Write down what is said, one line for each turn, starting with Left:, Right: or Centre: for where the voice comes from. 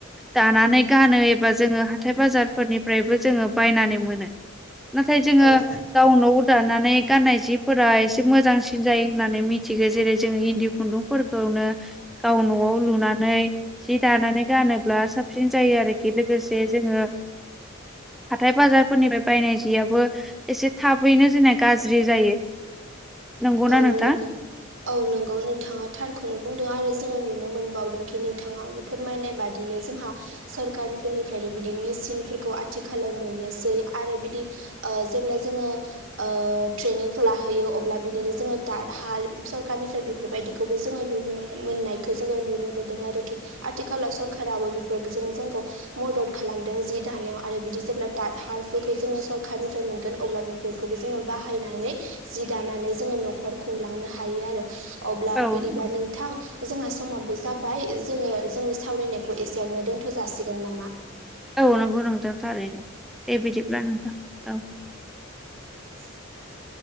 Centre: दानानै गानो एबा जोङो हाथाय बाजारफोरनिफ्रायबो जोङो बायनानै मोनो। नाथाय जोङो
Right: औ
Centre: गावनाव दानानै गाननाय जिफोरा एसे मोजांसिन जायो होननानै मिथिगौ जेरै जोङो इन्दि खुन्दुंफोरखौनो गाव न'आव लुनानै जि दानानै गानोब्ला साबसिन जायो आरोखि लोगोसे जोङो
Right: <inaudible>
Centre: हाथाय बाजारफोरनिफ्राय बायनाय जियाबबो एसे थाबैनो जोंना गाज्रि जायो। नंगौना
Right: औ
Centre: नोंथां?
Right: नंगौ औ नंगौ नोंथाङा थारखौनो बुंदों आरो जोङो नुनो मोनबावदोंखि नोंथाङाबो फोरमायनाय बादिनो जोंहा सरखारनि फोरनिफ्रायबो बिदि मिसिन फोरखौ आथिखालाव मोनोसै आरो बिदि ओ जेब्ला जोङो ओ थ्रेनिंखौ लाहोयो अब्ला बिदिनो जोङो दात हाल सरखारारनिफ्राय बेफोरबायदिखौबो जोङो नुनो मोननायखौ जोङो नुनो मोनदों आरोखि। आथिखालाव सरखाराबो बेफोर जों जोंखौ मदद खालामदों जि दानायाव आरो बिदि जेब्ला थाद फोरखौ जोङो सरखारनिफ्राय मोनगोन अब्ला बेफोरखौबो जोङो बाहायनानै जि दानानै जोङो नखर खुंलांनो हायो आरो अब्ला
Centre: औ
Right: बिदिबा
Centre: नंगौ
Right: नोंथां जों हा हासमाबो जाबाय जोङो जोंनि सावरायनायखौ एसेयावनो दोन्थ' जासिगोन नामा?
Centre: औ नंगौ नोंथां थारैनो दे बिदिब्ला नोंथां औ।
Right: <inaudible>